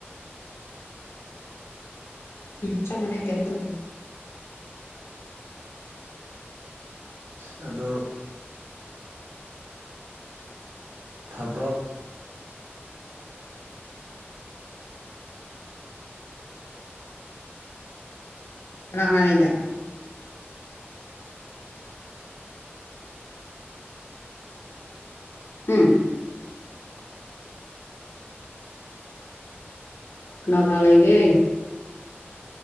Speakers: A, on the left; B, on the right.
A: ꯆꯃꯅ ꯍꯥꯏꯇꯅ ꯇꯧꯗ
B: ꯑ ꯑꯗꯣ ꯊꯕꯛ
A: ꯎꯅ ꯂꯩꯒ ꯎꯝ ꯀꯅꯥ ꯀꯅꯥ ꯂꯩꯒꯦ